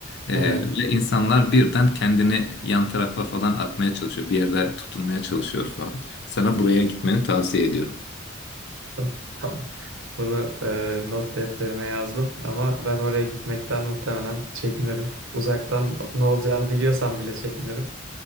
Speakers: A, on the left; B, on the right.
A: E,
B: evet.
A: ve insanlar birden kendini yan tarafa falan atmaya çalışıyor. Bir yerde tutunmaya çalışıyor falan. Sana buraya gitmeni tavsiye ediyorum.
B: <laughs> Tamam. Bunu e, not defterime yazdım ama ben oraya gitmekten muhtemelen çekinirim. Uzaktan ne olacağını biliyorsam bile çekinirim.